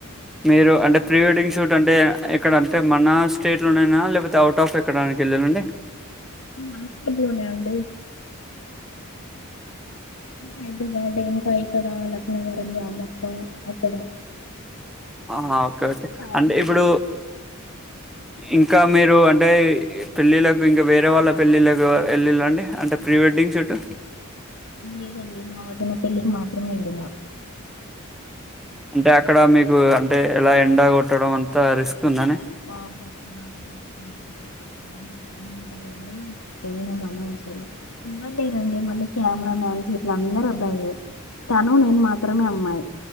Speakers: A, in the centre; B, on the left (about 80°).
A: మీరు అంటే ప్రీ వెడ్డింగ్ షూట్ అంటే ఎక్కడ అంటే మన స్టేట్ లోనైనా లేకపోతే అవుట్ ఆఫ్ ఎక్కడానికి వెళ్ళానండి.
B: మనస్లోనే అండి అయితే బయట ఇంకా ఇక్కడ లక్నవరం రామప్పం. అక్కడ
A: ఆ ఓకే ఓకే
B: చార్మినార్
A: అంటే ఇప్పుడు ఇంకా మీరు అంటే పెళ్ళిళ్ళలకు ఇంకా వేరే వాళ్ళ పెళ్ళిళ్ళలకు వెళ్ళిళ్ళండి. అంటే ప్రీ వెడ్డింగ్ షూట్.
B: లేదండి మా వదిన పెళ్ళికి మాత్రమే వెళ్ళిన.
A: అంటే అక్కడ మీకు అంటే ఎలా ఎండ కొట్టడం అంతా రిస్క్. ఉందని
B: వామ్మో <unintelligible> బానె ఉంటారు కానీ పోయిన మనం అసలు ఉండలేమండి. మళ్ళీ కెమెరా మ్యాన్స్ ఇట్ల అందరు అబ్బాయ్లే తను నేను మాత్రమే. అమ్మాయి